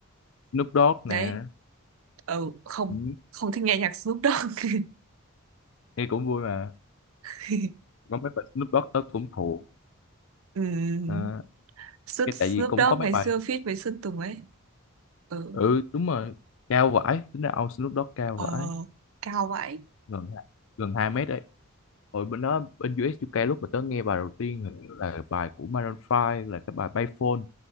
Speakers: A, on the left; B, on the right.
A: Snoop Dogg nè
B: đấy, ừ, không,
A: ừ,
B: không thích nghe nhạc Snoop Dogg.
A: nghe cũng vui mà
B: <laughs>
A: có mấy bài Snoop Dogg tớ cũng thuộc
B: ừ.
A: Ờ,
B: Snoop,
A: cái
B: Snoop
A: tại vì cũng
B: Dogg
A: có mấy
B: ngày
A: bài
B: xưa feat với Sơn Tùng ấy. Ừ,
A: ừ đúng rồi cao vãi tính ra ông Snoop Dogg cao
B: ờ,
A: vãi
B: cao vậy.
A: gần gần 2 mét đấy rồi bên đó bên US UK lúc mà tớ nghe bài đầu tiên hình như là bài của Maroon Five là cái bài Payphone